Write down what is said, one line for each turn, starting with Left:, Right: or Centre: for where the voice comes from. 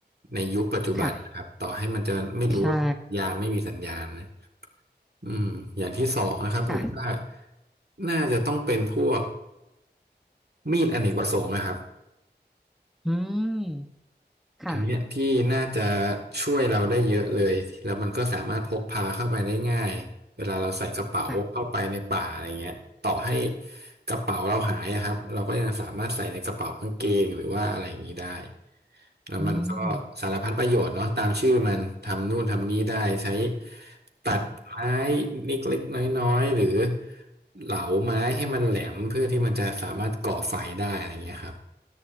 Right: ในยุคปัจจุบันนะครับต่อให้มันจะไม่รู้ว่าสัญญาณไม่มีสัญญาณนะ
Centre: ค่ะใช่
Right: อืมอย่างที่สองนะครับผมว่า
Centre: ค่ะ
Right: น่าจะต้องเป็นพวกมีดอเนกประสงค์นะครับ
Centre: อืมค่ะ
Right: อันเนี้ยที่น่าจะช่วยเราได้เยอะเลยแล้วมันก็สามารถพกพาเข้าไปได้ง่ายเวลาเราใส่กระเป๋าเข้าไปในป่าอะไรเงี้ยต่อให้
Centre: ค่ะ
Right: กระเป๋าเราหายอะครับเราก็ยังสามารถใส่ในกระเป๋ากางเกงหรือว่าอะไรอย่างนี้ได้แล้วมันก็สารพัดประโยชน์เนาะตามชื่อมันทำนู่นทำนี้ได้ใช้
Centre: อืม
Right: ตัดไม้เล็กๆน้อยๆหรือเหลาไม้ให้มันแหลมเพื่อที่มันจะสามารถก่อไฟได้อะไรเงี้ยครับ